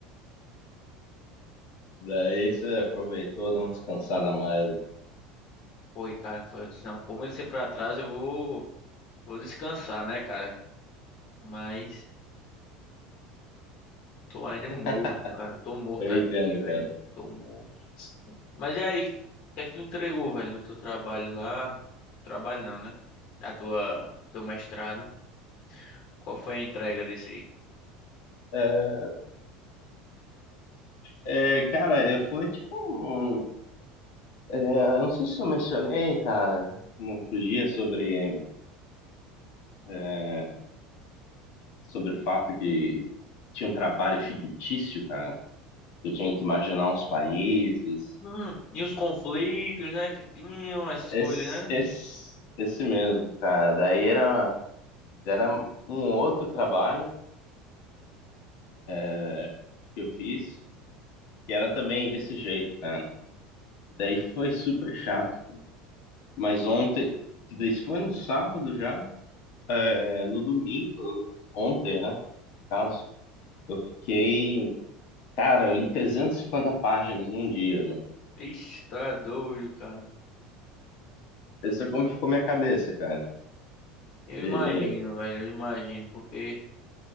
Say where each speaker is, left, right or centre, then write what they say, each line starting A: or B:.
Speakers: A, on the left (about 55°); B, on the left (about 35°).
A: Daí você aproveitou, deu uma descansada a mais.
B: Foi, cara, foi. Eu disse, não, como ele sempre atrasa, eu vou, vou descansar, né, cara? Mas. Tô ainda
A: <laughs>
B: morto, cara. Tô morto
A: Eu
B: aqui,
A: entendo,
B: velho.
A: cara.
B: Tô morto. Mas e aí? O que é que tu entregou, velho, do teu trabalho lá? Trabalho não, né? Da tua, teu mestrado. Qual foi a entrega desse?
A: É, é, cara, eu- foi tipo. É, eu não sei se eu mencionei, cara, no outro dia sobre, é, sobre o fato que tinha um trabalho fictício, cara. que Eu tinha que imaginar uns países.
B: Hum, e os conflitos, né, que tinham, essas
A: Esse,
B: coisas, né?
A: esse, esse mesmo, cara. Daí era, era um outro trabalho é, que eu fiz, que era também desse jeito, cara. Daí foi super chato. Mas ontem, isso foi no sábado já, é, no domingo, ontem, né? no Caso, eu fiquei Cara, eu li 350 páginas num dia, mano.
B: Ixi, tá doido, cara.
A: Pensa como ficou minha cabeça, cara.
B: Eu imagino,
A: E,
B: velho, eu imagino, porque